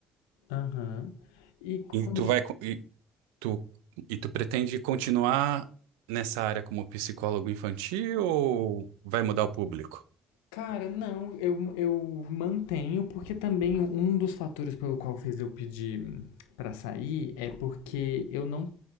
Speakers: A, on the left; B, on the right.
A: aham. E quando
B: E tu
A: você
B: vai, co- e tu, e tu pretende continuar nessa área como psicólogo infantil ou vai mudar o público?
A: Cara, não, eu, eu mantenho, porque também um dos fatores pelo qual fez eu pedir pra sair é porque eu não.